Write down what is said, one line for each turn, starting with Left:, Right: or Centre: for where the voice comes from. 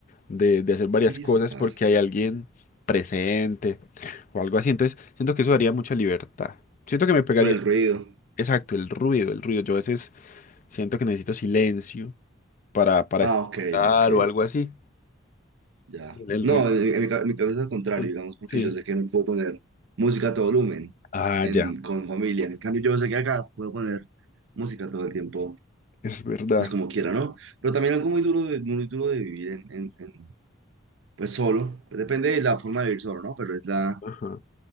Left: de, de hacer varias
Right: Sí,
Left: cosas
Right: eso pasa.
Left: porque hay alguien presente o algo así. Entonces siento que eso daría mucha libertad. Siento que me pegaría,
Right: Por el ruido.
Left: exacto, el ruido, el ruido. Yo a veces siento que necesito silencio para, para
Right: Ah,
Left: estudiar
Right: ok, ok,
Left: o algo así.
Right: ya.
Left: El, el
Right: No,
Left: ruido.
Right: en, en mi, ca- en mi cabeza es al contrario,
Left: Sí.
Right: digamos, porque
Left: sí.
Right: yo sé que no puedo poner música a todo volumen
Left: Ah,
Right: en,
Left: ya.
Right: con familia. En cambio, yo sé que acá puedo poner música todo el tiempo,
Left: Es verdad.
Right: pues como quiera, ¿no? Pero también algo muy duro de, muy duro de vivir en, en- en, pues solo. pues, Depende de la forma de vivir solo, ¿no? Pero es la,
Left: Ajá.